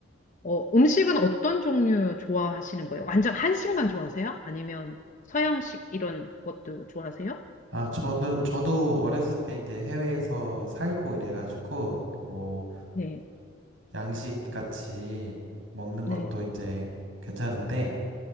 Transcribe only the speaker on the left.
어, 음식은 어떤 종류 좋아하시는 거예요? 완전 한식만 좋아하세요? 아니면 서양식 이런 것도 좋아하세요?
네,
네,